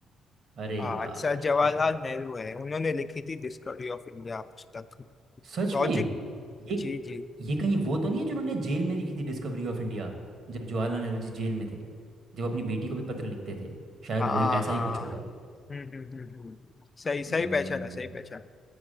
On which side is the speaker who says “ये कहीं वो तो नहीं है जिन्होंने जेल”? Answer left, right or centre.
Right